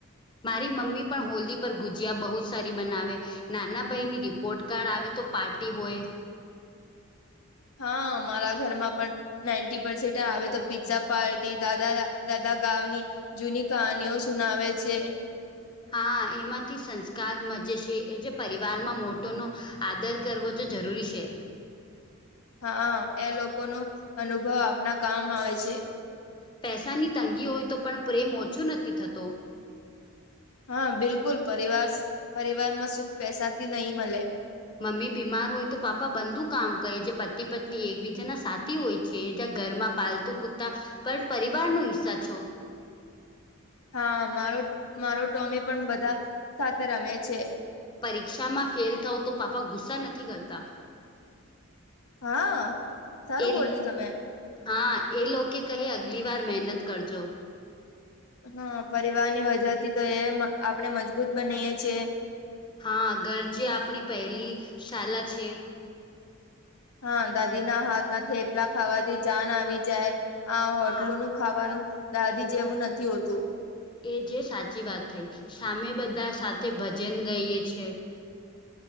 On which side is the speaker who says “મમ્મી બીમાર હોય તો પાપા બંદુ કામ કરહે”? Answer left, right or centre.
Left